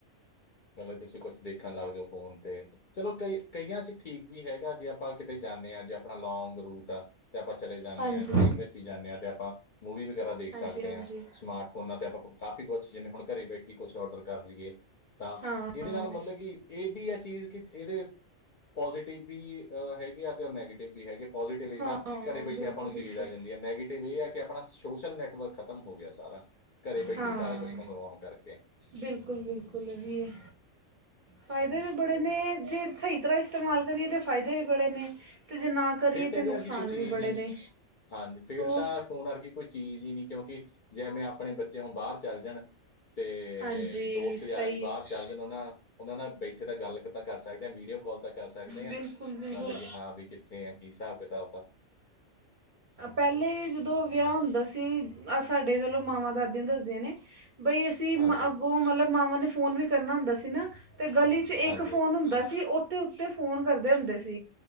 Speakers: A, on the left; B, on the right.
A: ਮਹਿਲ ਤੁਸੀਂ ਕੁਛ ਦੇਖਣ ਲੱਗ ਜਾਓ ਫੋਨ ਤੇ ਚਲੋ ਕਈ ਕਈਆਂ ਚ ਠੀਕ ਵੀ ਹੈਗਾ ਜੇ ਆਪਾਂ ਕਿਤੇ ਜਾਂਦੇ ਹਾਂ ਜੇ ਆਪਣਾ ਲੋਂਂਗ ਰੂਟ ਆ ਤੇ ਆਪਾਂ ਚਲੇ ਜਾਂਦੇ
B: ਹਾਂਜੀ
A: ਹਾਂ ਟ੍ਰੇਨ ਵਿੱਚ ਹੀ ਜਾਂਦੇ ਹਾਂ ਤੇ ਆਪਾਂ- ਮੂਵੀ ਵਗੈਰਾ ਦੇਖ ਸਕਦੇ
B: ਹਾਂਜੀ ਹਾਂਜੀ
A: ਹਾਂ। ਸਮਾਰਟ ਫੋਨਾਂ ਤੇ ਆਪਾਂ ਕਾਫ਼ੀ ਕੁਛ ਜਿਵੇਂ ਹੁਣ ਘਰੇ ਬੈਠੀ ਕੁਛ ਔਡਰ ਕਰ ਲਈਏ ਤਾਂ
B: ਹਾਂ
A: ਇਹਦੇ
B: ਹਾਂ
A: ਨਾਲ ਮਤਲਬ ਕਿ ਇਹ ਵੀ ਆ ਚੀਜ਼ ਕਿ ਇਹਦੇ ਪੋਜ਼ੀਟਿਵ ਵੀ ਅਹ ਹੈਗੇ ਆ ਤੇ ਉਹ ਨੈਗੇਟਿਵ ਵੀ ਹੈਗੇ। ਪਾਜ਼ੀਟਵ ਇਦਾ
B: ਹਾਂ
A: ਘਰੇ ਬੈਠੇ
B: ਬਿਲਕੁਲ
A: ਆਪਾਂ ਨੂੰ ਚੀਜ਼
B: ਬਿਲਕੁਲ
A: ਆ ਜਾਂਦੀ ਹੈ। ਨੈਗੇਟਿਵ ਇਹ ਹੈ ਕਿ ਆਪਣਾ ਸੋਸ਼ਲ ਨੈਟਵਰਕ ਖ਼ਤਮ ਹੋ ਗਿਆ ਸਾਰਾ। ਘਰੇ ਬੈਠੀ
B: ਹਾਂ
A: ਸਾਰਾ ਕੁਛ ਮੰਗਵਾਉਣ ਕਰਕੇ।
B: ਬਿਲਕੁਲ- ਬਿਲਕੁਲ, ਇਹ ਵੀ ਹੈ।
A: ਹਮ।
B: ਫਾਇਦੇ ਵੀ ਬੜੇ ਨੇ ਜੇ ਸਹੀ ਇਸ ਤਰਾਂ ਇਸਤੇਮਾਲ ਕਰੀਏ ਤਾਂ ਫਾਇਦੇ ਹੀ ਬੜੇ ਨੇ। ਤੇ ਜੇ ਨਾ ਕਰੀਏ
A: ਫਿਰ ਇਹਦੇ
B: ਤੇ ਨੁਕਸਾਨ
A: ਵਰਗੀ ਕੋਈ ਚੀਜ਼
B: ਵੀ ਬੜੇ
A: ਹੀ ਨਹੀਂ।
B: ਨੇ
A: ਹਾਂਜੀ, ਫੇਰ
B: ਹੋਰ
A: ਤਾਂ ਫੋਨ ਅਰਗੀ ਕੋਈ ਚੀਜ਼ ਹੀ ਨੀ ਕਿਉਂਕਿ ਜੇਵੇਂ ਆਪਣੇ ਬੱਚੇ ਨੂੰ ਬਾਹਰ ਚੱਲ ਜਾਣ- ਤੇ
B: ਹਾਂਜੀ
A: ਦੋਸਤ
B: ਸਹੀ
A: ਯਾਰੀ ਬਾਹਰ
B: ਹੈ
A: ਚੱਲ ਜਾਣ ਉਹਨਾਂ ਉਹਨਾਂ ਨਾਲ ਬੈਠੇ ਤਾਂ ਗੱਲ ਤਾਂ ਕਰ ਸਕਦੇ ਹਾਂ ਵੀਡੀਓ ਕਾਲ ਤਾਂ ਕਰ ਸਕਦੇ ਹਾਂ
B: ਬਿਲਕੁਲ ਬਿਲਕੁਲ
A: ਮਤਲਬ ਕਿ ਹਾਂ ਵੀ ਕਿੱਥੇ ਐ? ਕਿ ਹਿਸਾਬ ਕਿਤਾਬ ਆ?
B: ਪਹਿਲੇ ਜਦੋਂ ਵਿਆਹ ਹੁੰਦਾ ਸੀ। ਸਾਡੇ ਚਲੋਂ ਮਾਵਾਂ- ਦਾਦੀਆਂ ਦੱਸਦੀਆਂ ਨੇ ਬਈ ਅਸੀਂ ਮ
A: ਹਾਂਜੀ
B: ਅੱਗੋਂ ਮਤਲਬ ਮਾਵਾਂ ਨੇ ਫੋਨ ਵੀ ਕਰਨਾ ਹੁੰਦਾ ਸੀ ਨਾ ਤੇ ਗਲੀ ਚ
A: ਹਾਂਜੀ
B: ਇੱਕ ਫੋਨ ਹੁੰਦਾ ਸੀ। ਉੱਤੇ, ਉੱਤੇ ਫੋਨ ਕਰਦੇ ਹੁੰਦੇ ਸੀ